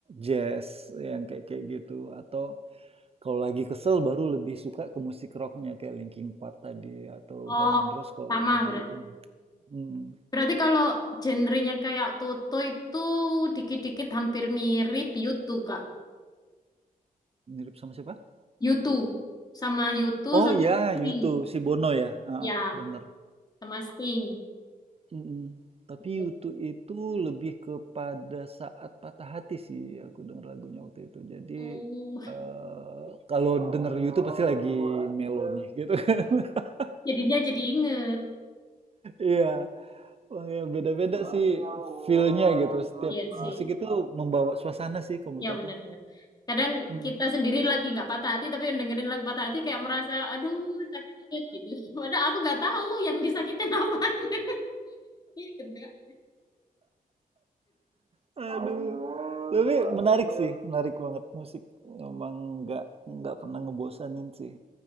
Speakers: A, on the right; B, on the left.
A: jazz yang kayak kayak gitu, atau kalau lagi kesel baru lebih suka ke musik rocknya kayak Linkin Park tadi atau
B: Oh,
A: Guns N' Roses kalau
B: sama
A: lagi
B: berarti.
A: ini. Mhm,
B: Berarti kalau genrenya kayak Toto itu dikit-dikit hampir mirip YouTube kak.
A: mirip sama siapa?
B: YouTube sama YouTube
A: Oh
B: sama
A: ya
B: Sting.
A: YouTube si Bono ya? Heeh,
B: Ya,
A: bener.
B: sama Sting.
A: Mm. Tapi
B: Gitu.
A: YouTube itu lebih kepada saat patah hati sih aku denger lagunya waktu itu. Jadi
B: Oh.
A: eh, kalau denger YouTube pasti lagi melo nih gitu kan. <laughs>
B: <laughs> Jadinya jadi inget.
A: Iya, makanya beda-beda sih feel-nya gitu. Setiap
B: Iya sih.
A: musik itu membawa suasana sih kalau menurut
B: Ya benar-benar.
A: aku.
B: Kadang
A: Mm.
B: kita sendiri lagi nggak patah hati, tapi yang dengerin lagu patah hati kayak merasa, aduh sakit gitu. <laughs> Padahal aku nggak tahu yang disakitin apa. <laughs> Iya kan, Kak?
A: Aduh, lebih menarik sih, menarik banget musik. Memang nggak nggak pernah ngebosanin sih.